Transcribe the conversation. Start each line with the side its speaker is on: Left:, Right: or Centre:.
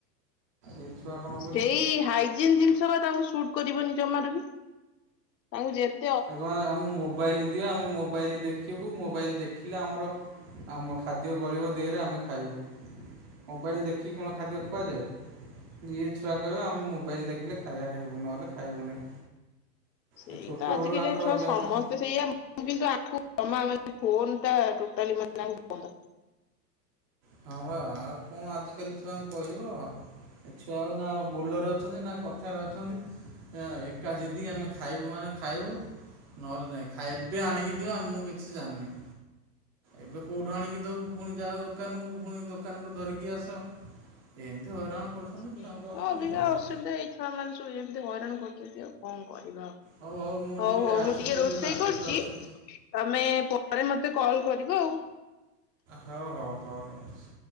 Right: ଏ ଛୁଆ କଣ ବୁ
Left: ସେଇ ହାଇଜିନ୍ ଜିନିଷ ବା ତାଙ୍କୁ ସୁଟ୍ କରିବନି ଜମାରୁ ବି। ତାଙ୍କୁ ଯେତ
Right: ସେ କହିବେ ଆମକୁ ମୋବାଇଲ ଦିଅ, ଆମେ ମୋବାଇଲ ଦେଖି ଦେଖିବୁ, ମୋବାଇଲ୍ ଦେଖିଲେ ଆମର ଆମ ଖାଦ୍ୟ ଗଳିବ ଦେହରେ, ଆମେ ଖାଇବୁ। ମୋବାଇଲ ଦେଖିକି କଣ ଖାଦ୍ୟ ଖୁଆଯାଏ? ଇଏ ଛୁଆ କହିବ ଆମେ ମୋବାଇଲ ଦେଖିଲେ ଖାଇବା ଖାଇବୁ, ନହେଲେ ଖାଇବୁ ନାହିଁ।
Left: ସେଇ
Right: ଏ ଛୋଟବେଳୁ
Left: ତ ଆଜିକାଲିଆ
Right: ଆଙ୍କର
Left: ଛୁଆ
Right: ଅଭ୍ୟାସ।
Left: ସମସ୍ତେ ସେଇଆ। କିନ୍ତୁ ଆକୁ ଜମା ମାନେ ଫୋନଟା ଟୋଟାଲି ମାନେ ୟାଙ୍କୁ ବନ୍ଦ।
Right: ହଁ ବା ଆଉ କଣ ଆଜିକାଲି ଛୁଆଙ୍କୁ କହିବ। ଏ ଛୁଆ ଆଉ ନା ଆମ ବୋଲରେ ଅଛନ୍ତି, ନା କଥାରେ ଅଛନ୍ତି ଆଁ ଏକା ଜିଦି ଆମେ ଖାଇବୁ ମାନେ ଖାଇବୁ ନହେଲେ ନାଇଁ, ଖାଇବା ଏବେ ଆଣିକି ଦିଅ ମୁଁ କିଛି ଜାଣିନି। ଏବେ କୋଉଠୁ ଆଣିକି ଦବୁ, ପୁଣି ଯାଅ ଦୋକାନକୁ, ପୁଣି ଦୋକାନରୁ ଧରିକି ଆସ ଏମତି ହଇରାଣ କରୁଛନ୍ତି
Left: ହୁଁ,
Right: ଛୁଆଙ୍କୁ ଆଉ କଣ
Left: ଅବିକା
Right: କହିବା
Left: ଅସୁବିଧା ଏଇ ଛୁଆମାନେ ସବୁ ଏମତି ହଇରାଣ କରୁଛନ୍ତି ଆଉ କଣ କରିବା ଆଉ।
Right: ହଉ ହଉ ମୁଁ
Left: ହଉ ହଉ
Right: ଆସୁଛି
Left: ମୁଁ ଟିକେ ରୋଷେଇ
Right: ମାର୍କେଟରୁ
Left: କରୁଚି
Right: ଆସି
Left: ତମେ ପରେ ମତେ କଲ କରିବ ଆଉ।
Right: ହଉ, ହଉ, ହଉ ରହୁଚି।